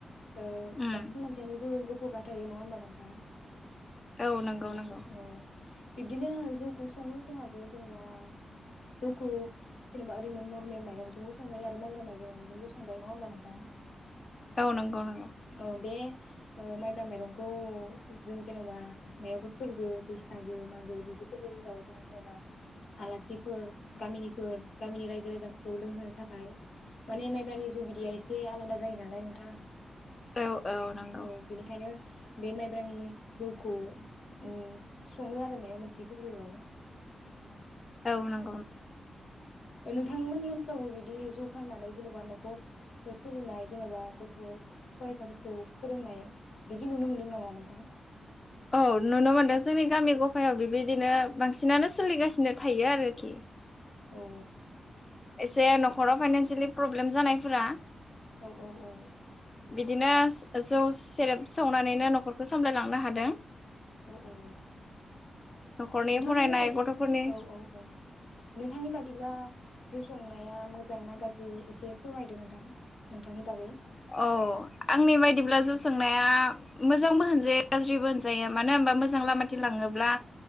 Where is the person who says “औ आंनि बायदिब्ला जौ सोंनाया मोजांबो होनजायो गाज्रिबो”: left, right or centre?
Left